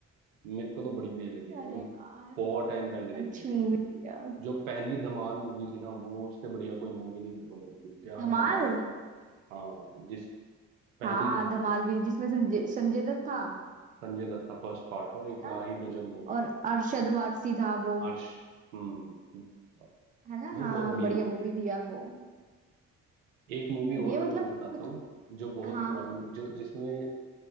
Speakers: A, on the right; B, on the right.
A: मेरे को तो बड़ी बढ़िया लगी है
B: अरे
A: मैंने
B: यार
A: बहुत टाइम पहले देखी
B: अच्छी
A: थी
B: मूवी थी यार
A: जो पहली धमाल मूवी थी ना वो उससे बढ़िया कोई मूवी नहीं मेरे को लगती क्या
B: धमाल
A: धमाल हाँ जिस पहली
B: हाँ
A: धमाल
B: धमाल
A: जो
B: भी जिसमें संजय संजय दत्त था
A: संजय दत्त था फर्स्ट पार्ट और ये
B: है
A: क्या
B: ना
A: ही गजब मूवी
B: और
A: है
B: अरशद वारसी था वो
A: हर्ष हम्म
B: है ना
A: वो
B: हाँ
A: बहुत बढ़िया
B: बढ़िया
A: मूवी
B: मूवी
A: है
B: थी यार वो
A: एक मूवी और
B: ये
A: मैं
B: मतलब
A: तुम्हें बताता
B: कुछ
A: हूँ जो बहुत
B: हाँ
A: पुरानी जो जिसमें